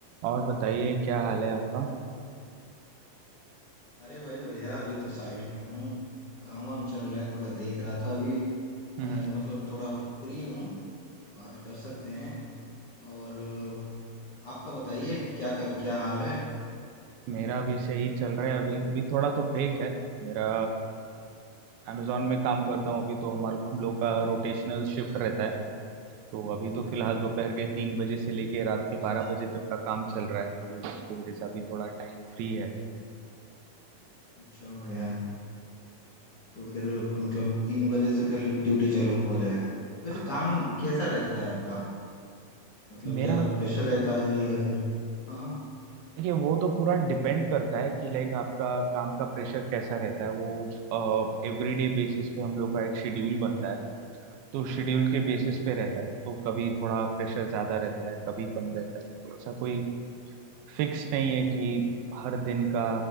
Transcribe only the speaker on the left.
अरे भाई बढ़िया अभी तो साइट पे हूँ काम वाम चल रहा है थोड़ा देख रहा था अभी अ,
मतलब थोड़ा फ्री हूँ बात कर सकते हैं और अ, आपका बताइए क्या कर क्या हाल है
अच्छा बढ़िया है तो फिर मतलब तीन बजे से फिर ड्यूटी चालू हो जाएगा वैसे
काम कैसा रहता है आपका मतलब
ज्यादा प्रेशर रहता है या फिर हाँ